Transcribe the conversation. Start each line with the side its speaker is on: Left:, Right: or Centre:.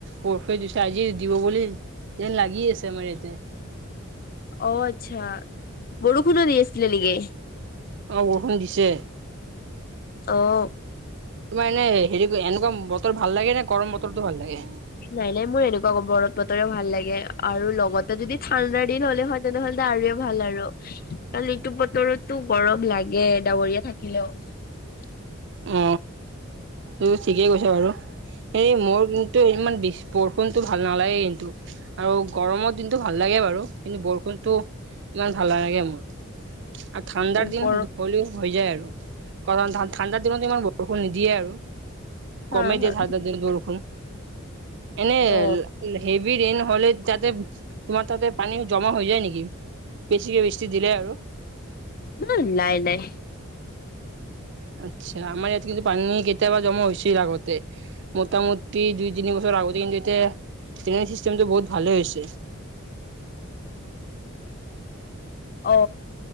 Right: বৰষু দিছে আজি দিব বুলি। তে লাগি আছে আমাৰ এতিয়া,
Left: অ আচ্ছা বৰষুণো দি আছিলে নেকি?
Right: অ' বৰষুণ দিছে।
Left: অ'
Right: তোমাৰ এনে হেৰি এনেকুৱা বতৰ ভাল লাগে নে গৰম বতৰটো ভাল লাগে
Left: নাই নাই মোৰ এনেকুৱা ক বদ বতৰে ভাল লাগে আৰু লগতে যদি ঠাণ্ডা দিন হলে হয় তেনেহ'লে আৰুৱে ভাল আৰু কাৰণ এইটো বতৰতো গৰম লাগে ডাৱৰীয়া থাকিলেও <unintelligible>
Right: অ তু ঠিকেই কৈছা বাৰু এই মোৰ কিন্তু ইমান বিচ বৰষুণতটো ভাল নালাগে কিন্তু আৰু গৰমত দিনটো ভাল লাগে কে বাৰু কিন্তু বৰষুণতটো ইমান ভাল নালাগে মোৰ আৰু ঠাণ্ডাৰ
Left: ওপৰ
Right: দিন হ'লও হৈ যায় আৰু কৰণ ঠ ঠাণ্ডা দিনত ইমান বৰষুণ নিদিয়ে আৰু
Left: হা
Right: কমেই
Left: হা
Right: দিয়ে ঠাণ্ডা দিনত বৰষুণ এনে
Left: অ
Right: হেভি ৰেইন হলে যাতে তোমাৰ তাতে পানী জমা হৈ যায় নিকি বেছিকে বেছি দিলে আৰু।
Left: উম নাই নাই
Right: আচ্ছা আমাৰ ইয়াত কিন্তু পানী কেতিয়াবা জমা হৈছিল আগতে মোটামুটি দুই তিনি বছৰ আগতে কিন্তু এতিয়া ট্ৰেইং চিষ্টেমটো বহুত ভালে হৈছে
Left: <inaudible> অ